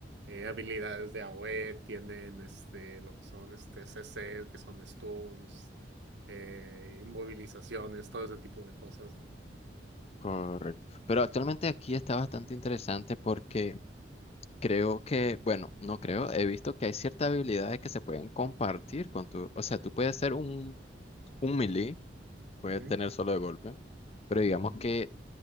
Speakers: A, on the right (about 75°); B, on the left (about 35°).
A: eh, habilidades de AoE, tienen este, lo que son este CC, que son stuns, eh, inmovilizaciones, todo ese tipo de cosas, ¿no?
B: Correcto. Pero actualmente aquí está bastante interesante porque Creo que, bueno, no creo, he visto que hay ciertas habilidades que se pueden compartir con tu, o sea, tú puedes ser un, un melee, puedes
A: Ujú,
B: tener solo de golpe, pero digamos que